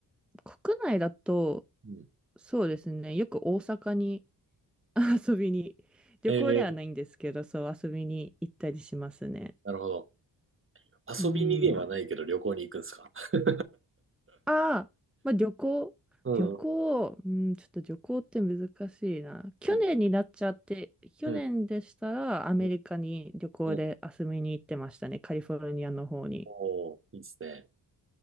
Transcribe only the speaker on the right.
うん。
えー、
なるほど。遊びにではないけど旅行に行くんですか
<laughs>
うん、
<laughs> う
ん、
うん、うん。うん
おー、いいですね。